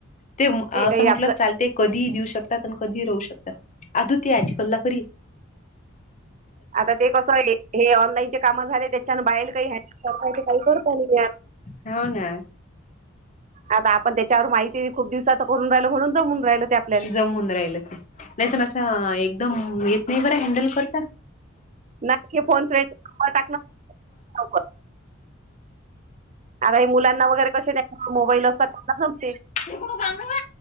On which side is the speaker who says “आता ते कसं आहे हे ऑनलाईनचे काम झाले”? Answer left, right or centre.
Right